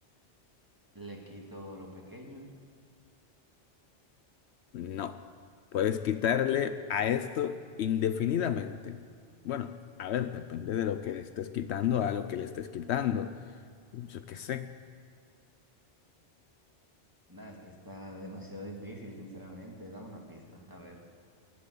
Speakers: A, on the right; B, on the left.
A: Le quito lo pequeño.
B: No, puedes quitarle a esto indefinidamente. Bueno, a ver, depende de lo que le estés quitando, a lo que le estés quitando. Yo qué sé.
A: Nada, es que está demasiado difícil, sinceramente. Dame una pista, a ver.